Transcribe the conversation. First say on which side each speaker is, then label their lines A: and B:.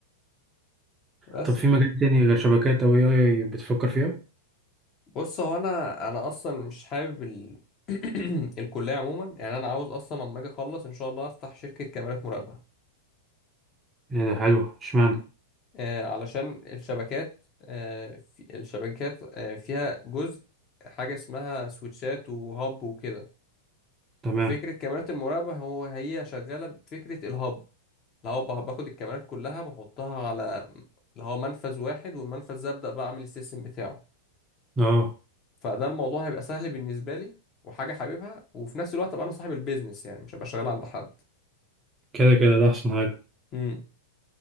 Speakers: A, on the left (about 30°); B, on the right (about 20°).
A: بس
B: طب في مجال تاني غير شبكات او اي اي بتفكر فيها
A: بص هو انا انا اصلا مش حابب ال... <clears throat> الكليه عموما يعني انا عاوز اصلا لما اجي اخلص ان شاء الله افتح شركه كاميرات مراقبه
B: ايه ده حلو اشمعنى
A: آه، علشان الشبكات آه، في الشبكات آه، فيها جزء حاجة اسمها سويتشات وهاب وكده
B: تمام
A: ففكرة كاميرات المراقبة هو هي شغالة بفكرة الهاب اللي هو بح- باخد الكاميرات كلها بحطها على اللي هو منفذ واحد والمنفذ ده أبدأ بقى أعمل السيستم بتاعه
B: اه
A: فده الموضوع هيبقى سهل بالنسبة لي وحاجة حاببها وفي نفس الوقت أبقى أنا صاحب البيزنس يعني مش هبقى شغال عند حد
B: كده كده ده احسن حاجه
A: امم